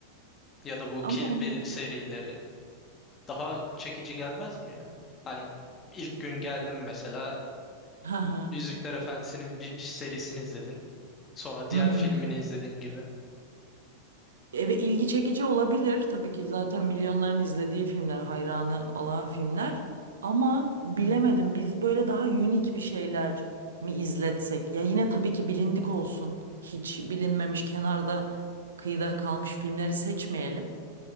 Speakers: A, on the left; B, on the right.
A: ya da bu
B: Ama
A: Kill
B: onu...
A: Bill serileri. Daha çekici gelmez mi ya? Hani ilk gün geldim mesela
B: Hı hı.
A: Yüzükler Efendisi'nin bir serisini izledin. Sonra diğer
B: Hı hı.
A: filmini izledin gibi.
B: Evet ilgi çekici olabilir. Tabii ki zaten milyonların izlediği filmler, hayranı olan filmler. Ama bilemedim biz böyle daha unik bir şeyler mi izletsek? Ya yine tabii ki bilindik olsun. Hiç bilinmemiş, kenarda, kıyıda kalmış filmleri seçmeyelim.